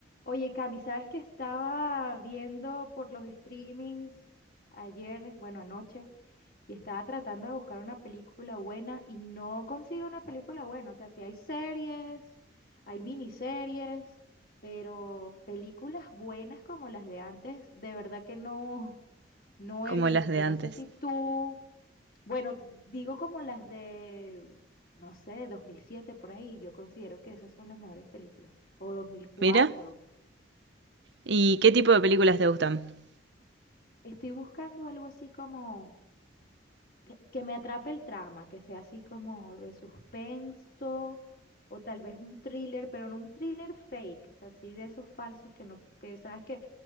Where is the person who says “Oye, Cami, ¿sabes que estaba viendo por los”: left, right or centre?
Left